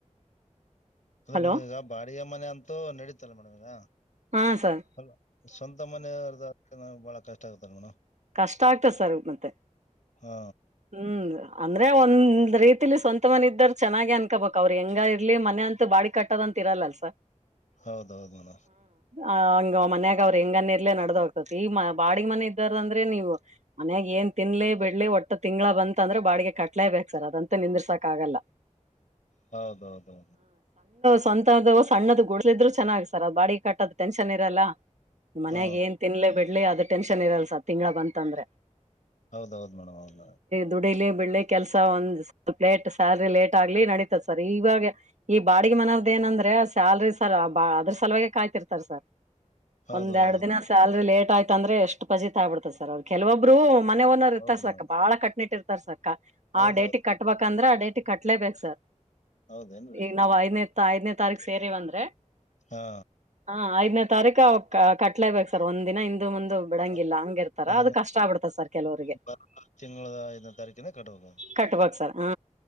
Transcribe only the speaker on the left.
ಅ
ಮೇಡಮ್ ಈಗ ಬಾಿಯ ಮನೆ ಅಂತೂ ನಡೀತಲ್ಲ ಮೇಡಮ್ ಈಗ
ಅ ಸ್ವಂತ ಮನೆಯರ್ ಬಹಳ ಕಷ್ಟ ಆಗ್ತಾರ ಮೇಡ
ಹಾ
ಹೌದೌದುಣ
ಹೌದೌ ಹೌ
ಹಾ
ಹೌದೌದು ಮೇಡಮ್ ಹೌದು್
ಹೌದೌದು
ಹೌದು
ಹೌದು ಮೇಡಮ್
ಹೌದು ಮೇಡಮ್
ಹೌದೌದು
ಹೌದೇನ್ರಿ
ಹಾ
ಅ-
ಅದನ್ನ
ಬರೋ ತಿಂಗಳ ಐದನೇ ತಾರೀಕಿನ ಕಟ್ಟಬೇಕು